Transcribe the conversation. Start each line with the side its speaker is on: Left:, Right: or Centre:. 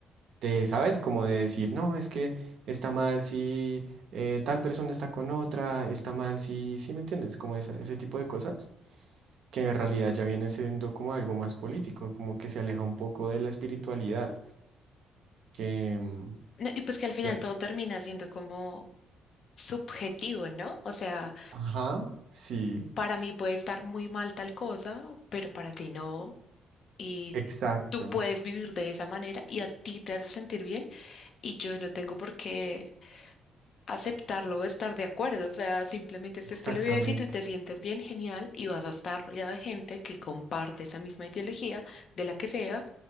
Right: de, ¿sabes? Como de decir, no, es que está mal si eh, tal persona está con otra, está mal si, ¿sí me entiendes? Como esa- ese tipo de cosas, que en realidad ya viene siendo como algo más político, como que se aleja un poco de la espiritualidad, que... mm,
Left: No, y pues que al final
Right: ya-
Left: todo termina siendo como subjetivo, ¿no? O sea,
Right: Ajá, sí,
Left: para mí puede estar muy mal tal cosa, pero para ti no. y
Right: exacto,
Left: tú puedes vivir de esa manera y a ti te hace sentir bien y yo no tengo por qué aceptarlo
Right: ex-
Left: o estar de acuerdo. O sea, simplemente
Right: exactamente,
Left: este estilo de vida, si tú te sientes bien, genial, y vas a estar rodeado de gente que comparte esa misma ideología, de la que sea,